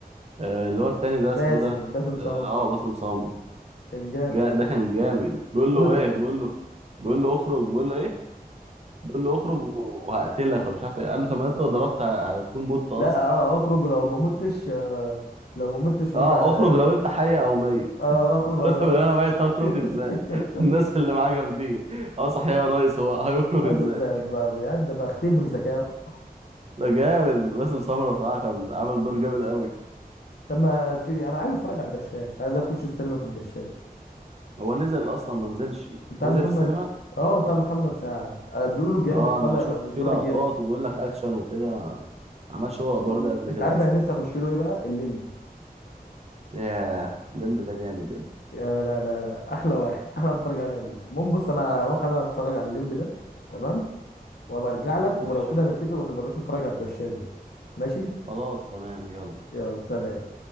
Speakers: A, on the right; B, on the left.
A: آه،
B: <laughs>
A: اللي هو التاني ده اسمه
B: باسم
A: ده
B: باسم صامت
A: اه آه، باسم سمر
B: كان جاب
A: جا- ده كان جامد بيقول
B: بقول
A: له
B: له
A: ايه بيقول له بيقول له اخرج بيقول له ايه بيقول له اخرج وهقتلك ولا مش عارف ايه قال له طب ما انت لو ضربت ه- هتكون مت اصلا
B: لا اه اخرج لو ما متش آه، لو ما متش رد
A: اه
B: على
A: اخرج لو انت حي او ميت
B: اه
A: <laughs>
B: رفع الملعقة
A: قال له طب لو انا ميت هخرج
B: <laughs>
A: ازاي <laughs> الناس اللي معاه جامدين اه صحيح يا ريس هو <laughs> هيخرج
B: اخر
A: ازاي
B: ساعة بقى بجد بقى اختبر ذكاء
A: ده جامد باسم سمرة بصراحة كان عامل دور جامد قوي
B: طب ما في انا عايز اتفرج على الدشاش عايز اخش السينما في الدشاش
A: هو نزل اصلا ما نزلش
B: بتاع
A: نزل
B: محمد
A: في السينما
B: اه بتاع محمد سعد آه، بيقولوا جامد
A: اه انا
B: طالع
A: شفت
B: الدور
A: فيه لقطات
B: جامد
A: وبيقول لك اكشن وكده ما عملش هو الادوار
B: و-
A: ده قبل
B: انت
A: كده
B: عارف
A: اصلا
B: انا نفسي اخش له ايه بقى الليمبي
A: ياه الليمب ده جامد يا ابني
B: يا لا لا لا احلى واحد احلى واحد اتفرج عليها دي المهم بص انا اروح انا اتفرج على الليمبي ده تمام وابقى ارجع
A: ماشي
B: لك ولو كده هنتفق ونبقى نروح نتفرج على الدشاش ده ماشي
A: خلاص تمام يلا
B: يلا سلام